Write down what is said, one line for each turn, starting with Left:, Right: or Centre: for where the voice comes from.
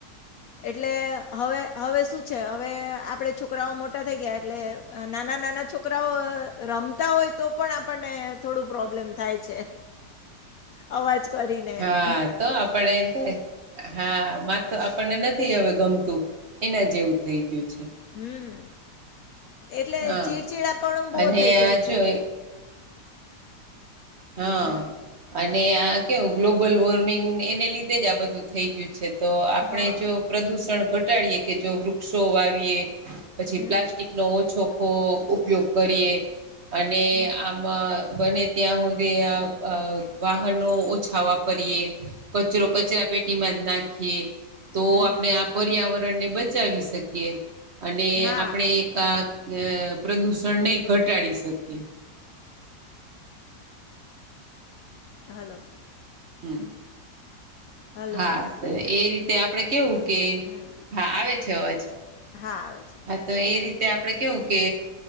Left: એટલે હવે હવે શું છે હવે આપડે છોકરાઓ મોટા થઈ ગ્યા એટલે નાના નાના છોકરાઓ રમતા હોય તો પણ આપણને થોડું પ્રોબ્લેમ થાય છે અવાજ કરીને
Right: હા
Left: એમ.
Right: તો આપણે એમ થાય હા મા તો આપણને નથી હવે ગમતું એના જેવું થઈ ગ્યું છે.
Left: હમ્મ એટલે
Right: હા
Left: ચીરચીડા પણું બો
Right: અને
Left: થઇ
Right: આ
Left: જાય
Right: જો
Left: છે.
Right: હા
Left: હમ
Right: અને આ કેવું ગ્લોબલ વોર્મિંગ એને લીધે જ આ બધું થઈ ગ્યું છે તો આપણે
Left: હા
Right: જો પ્રદુષણ ઘટાડીએ કે જો વૃક્ષો વાવીએ પછી
Left: હમ
Right: પ્લાસ્ટિક નો ઓછો ખો ઉપયોગ કરીએ. અને
Left: હમ
Right: આમાં બને ત્યાં હું દી આ અ વાહનો ઓછા વાપરીએ કચરો કચરા પેટીમાં જ નાખીએ. તો
Left: હમ
Right: આપણે આ પર્યાવરણને બચાવી શકીએ અને
Left: હા
Right: આપણે એક આ પ્રદૂષણને ઘટાડી શકીએ.
Left: હલો.
Right: હમ્મ
Left: હલો
Right: હા તો એ રીતે આપડે કેવું કે
Left: હમ
Right: હા આવે છે અવાજ.
Left: હા આવે છે
Right: તો એ રીતે આપડે કેવું કે